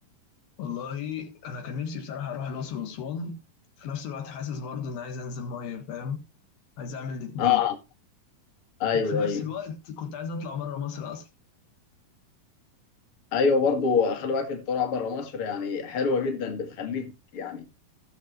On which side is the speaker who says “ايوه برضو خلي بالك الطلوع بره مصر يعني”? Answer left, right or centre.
Left